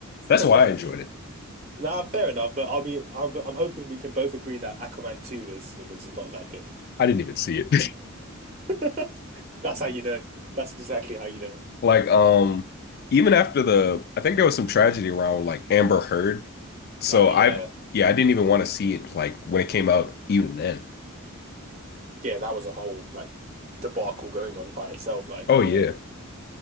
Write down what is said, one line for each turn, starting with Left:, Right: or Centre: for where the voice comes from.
Left: That's
Right: <laughs>
Left: why I enjoyed it.
Right: nah, fair enough. But I'll be I'm I'm hoping we can both agree that Aquaman two was was not that good.
Left: I didn't even see it.
Right: <laughs> That's how you know. That's exactly how you know.
Left: <laughs> like um even after the I think there was some tragedy around like Amber Heard. So
Right: Oh yeah,
Left: I yeah, I didn't even want to see it like when it came out even then.
Right: yeah. That was a whole like debacle going on by itself. Like
Left: Oh
Right: yeah.
Left: yeah.